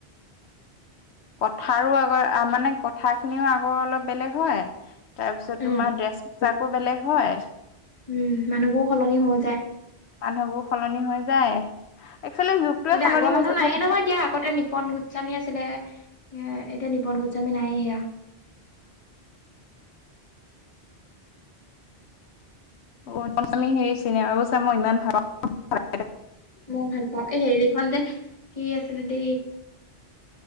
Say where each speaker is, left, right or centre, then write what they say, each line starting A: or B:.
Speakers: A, on the left; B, on the left.
A: কথাৰো আগৰ মানে কথা খিনিও আগৰ অলপ বেলেগ হয় তাৰ পিছত
B: অ
A: তোমাৰ ড্ৰেছ পোচাকো বেলেগ হয়
B: উম মানুহবোৰ সলনি হৈ যায়
A: মানুহবোৰ সলনি হৈ যায় একচুৱেলি যুগটোৱে
B: কিন্তু
A: সলনি
B: আগৰ মানুহ
A: হৈছে
B: নায়য়ে নহয় দিয় আগতে নিপন গু গোস্বামী আছিলে এ এতিয়া নিপন গোস্বামী নাইে সেয়া
A: হেৰি চিনেমাবোৰ চা মই ইমান ভাল পা
B: মই ভাল পাওঁ এই হেৰিখন যে কি আছিলে দে